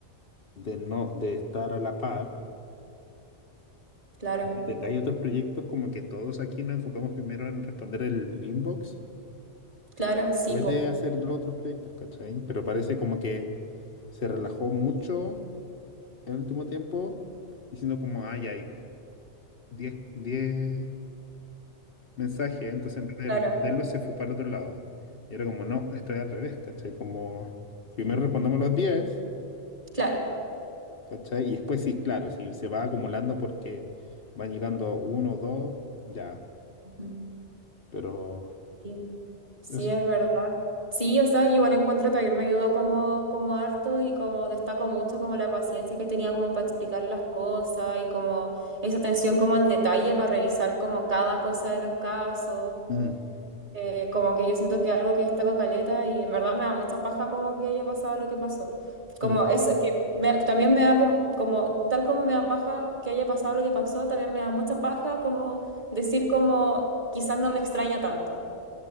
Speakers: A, on the left (about 55°); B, on the right (about 40°).
A: de no, de estar a la par.
B: claro,
A: que tengáis otros proyectos, como que todos aquí nos enfocamos primero en responder el inbox,
B: claro, sí,
A: puede
B: pues.
A: hacer los otros proyectos, ¿cachai? Pero parece como que se relajó mucho el último tiempo, diciendo como, ay, hay diez diez mensajes, entonces en vez
B: Claro,
A: de responderlos se fue para el otro lado. Y era como, no, estoy al revés, ¿cachai? Como, primero
B: sí,
A: respondamos los diez
B: claro.
A: ¿cachai? Y después sí, claro, si se va acumulando porque van llegando uno o dos, ya,
B: Ujú.
A: pero...
B: Sí, sí,
A: Eso.
B: es verdad. Sí, o sea, igual encuentro también me ayudó como, como harto y como destaco mucho como la paciencia que tenía como para explicar las cosas y como esa atención como al detalle para revisar como cada cosa de los casos.
A: Mm,
B: Eh, como que yo siento que algo que destaco caleta y en verdad me da mucha paja como que haya pasado lo que pasó. Como
A: mm.
B: eso, que me- también me da com- como, tal como me da paja que haya pasado lo que pasó, también me da mucha paja como decir como quizás no me extraña tanto.